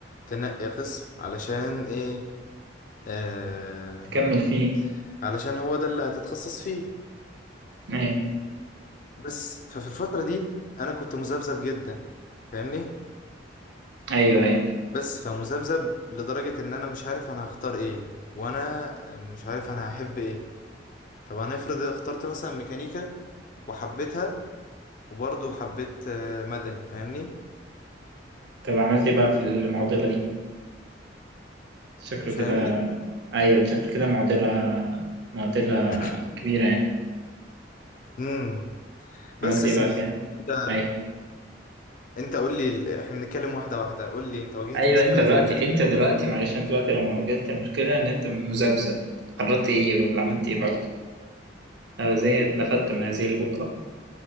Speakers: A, on the left (about 45°); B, on the right (about 65°).
A: تنقي قسم علشان ايه آه
B: تكمل فيه
A: علشان هو ده اللي هتتخصص فيه
B: ايوه
A: بس ففي الفتره دي انا كنت مذبذب جدا فاهمني
B: ايوه ايوه
A: بس فمذبذب لدرجة ان انا مش عارف انا هختار ايه وانا مش عارف انا هحب ايه طب انا افرض اخترت مثلا ميكانيكا وحبيتها وبرضه حبيت آه، مدني فاهمني
B: طب عملت ايه بقى في المعضله دي شكله
A: فاهمني
B: كده ايوه شكله كده معضلة معضلة
A: <clears throat>
B: كبيرة يعني
A: امم بس
B: عملت
A: يا
B: ايه
A: سيدي
B: بقى فيها
A: انت
B: ايوه
A: انت قول لي ال- احنا بنتكلم واحده واحده قول لي انت واجهت
B: ايوه
A: مشكله
B: انت دلوقتي
A: في الاختيار
B: انت دلوقتي معلش انت دلوقتي لما واجهت المشكلة ان انت مذبذب قررت ايه ولا عملت ايه برضه أنا زي اتنفدت من هذه البؤرة